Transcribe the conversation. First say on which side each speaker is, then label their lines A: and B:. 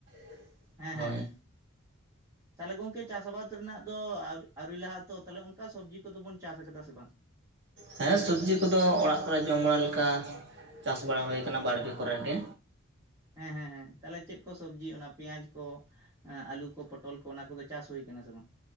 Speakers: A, on the right; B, on the right.
A: ᱾
B: ᱦᱮᱸ
A: ᱦᱳᱭ
B: ᱦᱮᱸ ᱦᱮᱸ ᱛᱟᱦᱚᱞᱮ ᱜᱚᱝᱠᱮ ᱪᱟᱥ ᱟᱵᱟᱫ ᱨᱮᱱᱟᱜ ᱫᱚ ᱟᱹᱣᱨᱤ ᱞᱟᱦᱜ-ᱟ ᱛᱚ ᱛᱟᱦᱚᱞᱮ ᱚᱱᱠᱟ ᱥᱚᱵᱽᱡᱤ ᱠᱚᱫᱚ ᱵᱚᱱ ᱪᱟᱥ ᱠᱟᱫᱟ ᱥᱮ ᱵᱟᱝ?
A: ᱦᱮᱸ ᱥᱚᱵᱽᱡᱤ ᱠᱚᱫᱚ ᱚᱲᱟᱜ ᱠᱚᱨᱮ ᱡᱚᱢ ᱵᱟᱲᱟ ᱞᱮᱠᱟ ᱪᱟᱥ ᱵᱟᱲᱟ ᱦᱩᱭ ᱠᱟᱱᱟ ᱵᱟᱲᱜᱮ ᱠᱚᱨᱮ ᱜᱮ᱾
B: ᱦᱮᱸ ᱦᱮᱸ ᱦᱮᱸ ᱛᱟᱦᱚᱞᱮ ᱪᱮᱫ ᱠᱚ ᱥᱚᱵᱽᱡᱤ ᱚᱱᱟ ᱯᱮᱸᱭᱟᱡᱽ ᱠᱚ ᱦᱮᱸ ᱟᱞᱩ ᱠᱚ ᱯᱚᱴᱚᱞ ᱠᱚ ᱚᱱᱟ ᱠᱚᱫᱚ ᱪᱟᱥ ᱦᱩᱭ ᱟᱠᱟᱱᱟ ᱥᱮ ᱵᱟᱝ?